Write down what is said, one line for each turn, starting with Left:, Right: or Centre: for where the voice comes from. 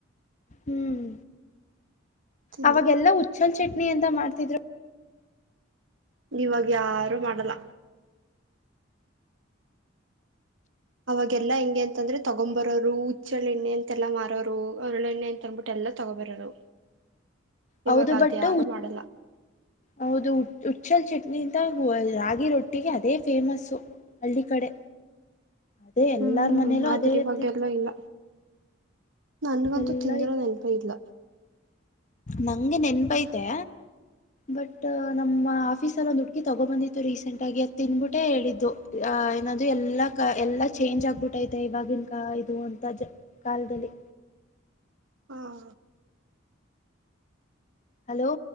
Left: ಹ್ಮ್
Right: ತಿಂದೆ
Left: ಅವಾಗೆಲ್ಲಾ ಹುಚ್ಚಲ್ ಚಟ್ನಿ ಅಂತ ಮಾಡ್ತಿದ್ರು
Right: ಇವಾಗ ಯಾರು ಮಾಡಲ್ಲ ಅವಾಗೆಲ್ಲಾ ಹೆಂಗೆ ಅಂತಂದ್ರೆ ತಗೊಂಬರೋರು ಹುಚ್ಚಳೆಣ್ಣೆ ಅಂತೆಲ್ಲಾ ಮಾರೋರು ಅರಳೆಣ್ಣೆ ಅಂತ ಅನ್ಬಿಟ್ಟು ಎಲ್ಲಾ ತಗೊಬರೋರು
Left: ಹೌದು
Right: ಇವಾಗ
Left: ಬಟ್
Right: ಅದ್ ಯಾರು ಮಾಡಲ್ಲ
Left: ಹೌದು ಹುಚ್ಚಲ್ ಚಟ್ನಿ ಇಂತ ರಾಗಿ ರೊಟ್ಟಿಗೆ ಅದೇ ಫೇಮಸ್ಸು ಹಳ್ಳಿ ಕಡೆ ಅದೇ ಎಲ್ಲಾರ
Right: ಹ್ಮ್
Left: ಮನೇಲೂ
Right: ಆದ್ರ
Left: ಅದೇ
Right: ಇವಾಗೆಲ್ಲ
Left: ಇರ್ತಿತ್ತು
Right: ಇಲ್ಲ ನನ್ಗಂತೂ
Left: ಎಲ್ಲಾ
Right: ತಿಂದಿರೋ
Left: ಇವಾಗ
Right: ನೆನ್ಪ ಇಲ್ಲ
Left: ನಂಗೆ ನೆನ್ಪೈತೆ ಬಟ್ ನಮ್ಮ ಆಫೀಸಲ್ಲಿ ಒಂದು ಹುಡ್ಗಿ ತಗೋಬಂದಿತ್ತು ರೀಸೆಂಟ್ ಆಗಿ ಅದ ತಿನ್ಬಿಟ್ಟೆ ಹೇಳಿದ್ದು ಅ ಏನಾದೂ ಎಲ್ಲಾ ಎಲ್ಲಾ ಚೇಂಜ್ ಆಗ್ಬಿಟ್ಟೈತೆ ಇವವಾಗಿನ್ ಕ ಇದು ಅಂತ ಕಾಲದಲ್ಲಿ
Right: ಹಾ
Left: ಹಲೋ